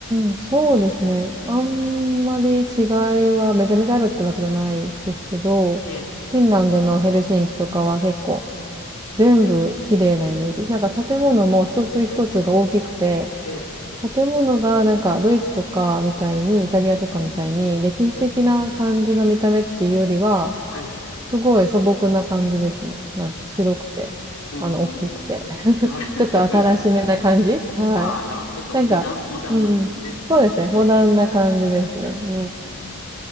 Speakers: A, on the right; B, on the left.
A: ーん、そうですね。あんまり違いはめちゃめちゃあるってわけじゃないですけど、
B: ええ、
A: フィンランドのヘルシンキとかは結構全部綺麗なイメージ。なんか建物も一つ一つが大きくて、
B: ええ、
A: 建物がなんかドイツとかみたいに、イタリアとかみたいに歴史的な感じの見た目っていうよりは、
B: はい。
A: すごい素朴な感じですね。なんか白くて、
B: うーん、
A: あの、大きくて。
B: なる
A: ちょっと新しめな感じはい。
B: <laughs> ああ、なるちょっとモダン、
A: なんか、
B: モダンなんですね。
A: うんうん。そうですね。
B: うんうんうん、
A: モダンな感じですね。
B: なるほど、
A: うん。
B: うんうん。